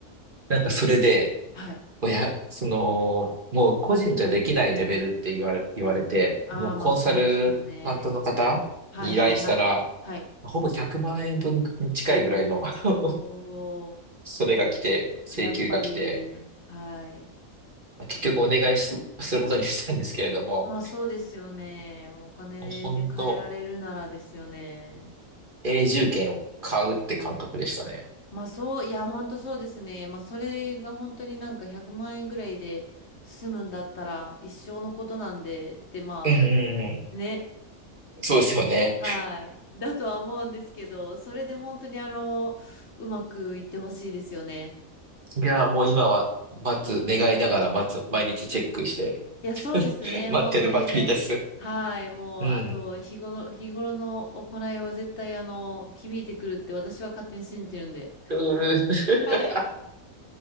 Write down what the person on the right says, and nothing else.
なんかそれで、
親、その、もう個人じゃできないレベルって言われ、言われて、
もうコンサル担ントの方に依頼したら、
ほぼ100万円分に近いぐらいの、
<laughs> それが来て、請求が来て、
結局お願いす、することにしたんですけれども、
もう本当永住権を買うって感覚でしたね。
うんうんう
ん。そうですよね。
いや、もう今は待つ、願いながら待つ、毎日チェックして、
<laughs> 待ってるばかりです。
うん。
<laughs> うーん